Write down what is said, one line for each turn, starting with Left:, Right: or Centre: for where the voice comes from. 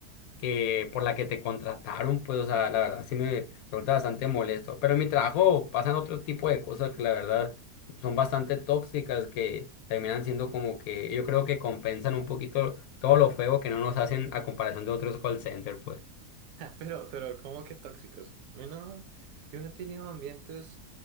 Left: que por la que te contrataron, pues, o sea, la verdad sí me resulta bastante molesto. Pero en mi trabajo pasan otro tipo de cosas que la verdad son bastante tóxicas, que terminan siendo como que yo creo que compensan un poquito todo lo feo que no nos hacen a comparación de otros call centers, pues.
Right: Pero, pero, ¿cómo que tóxicos? A mí no, yo no he tenido ambientes